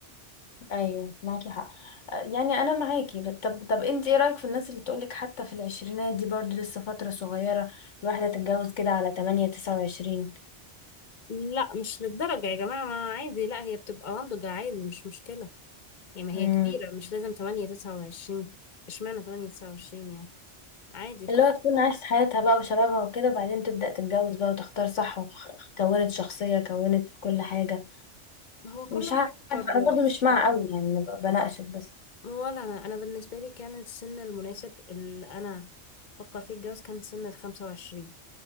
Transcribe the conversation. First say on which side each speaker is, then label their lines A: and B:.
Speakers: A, on the left; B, on the left.
A: ايوه معاكي حق آه، يعني انا معاكي بس- طب طب انت ايه رايك في الناس اللي تقولك حتى في العشرينات دي برضو لسه فتره صغيره الواحده تتجوز كده على 8 29
B: لا مش للدرجة يا جماعة ما عادي لا هي بتبقى ناضجة عادي مش مشكلة يعني ما هي
A: امم
B: كبيرة مش لازم تمانية تسعة وعشرين اشمعنى تمانية تسعة وعشرين يعني عادي كل
A: اللي هو تكون عاشت حياتها بقى وشبابها وكده وبعدين تبدا تتجوز بقى وتختار صح وكونت شخصيه كونت كل حاجه
B: هو
A: مش
B: كل واحد
A: عارفه
B: حر
A: انا برضو
B: الصراحة
A: مش مع قوي يعني أنا ب- بناقشك بس
B: ولا أنا أنا بالنسبة لي كان السن المناسب اللي أنا فكر فيه الجواز كان سن الخمسة وعشرين